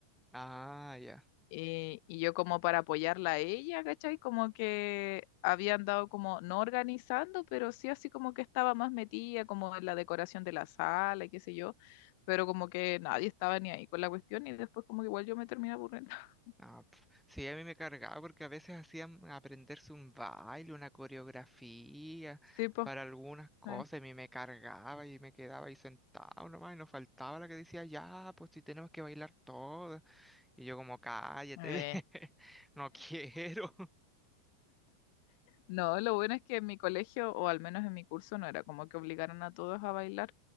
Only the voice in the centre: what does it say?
Ah, ya.
Ah, pf. sí, a mí me cargaba porque a veces hacían aprenderse un baile, una coreografía
para algunas cosas,
y a mí me cargaba y me quedaba ahí sentado nomás y nos faltaba la que decía, ya, pues si tenemos que bailar todo. Y yo como, cállate,
<laughs> no quiero.